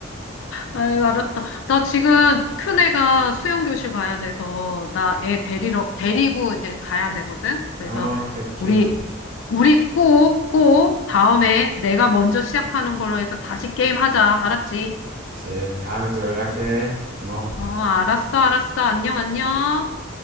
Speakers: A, on the left (about 75°); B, on the right (about 45°).
A: 아유, 알았다. 나 지금 큰애가 수영교실 가야 돼서, 나 애 데리러, 데리고 이제 가야 되거든? 그래서,
B: 어, 오케이 오케이.
A: 우리, 우리 꼭, 꼭, 다음에 내가 먼저 시작하는 걸로 해서 다시 게임 하자. 알았지?
B: 그래 다음에 또 연락해. 뭐.
A: 어, 알았어, 알았어. 안녕, 안녕.